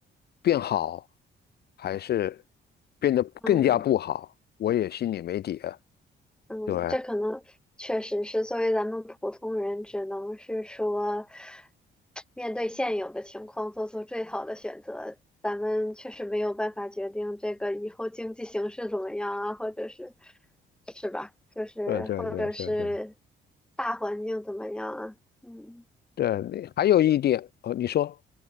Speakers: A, on the left (about 55°); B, in the centre.
A: 变好，还是变得更加不好，
B: 嗯
A: 我也心里没底啊。
B: 嗯，
A: 对，
B: 这可能确实是作为咱们普通人，只能是说面对现有的情况做出最好的选择。咱们确实没有办法决定这个以后经济形势怎么样啊，或者是是吧？就是或者是
A: 对对对对对。
B: 大环境怎么样啊？嗯
A: 对，你还有一点，哦，你说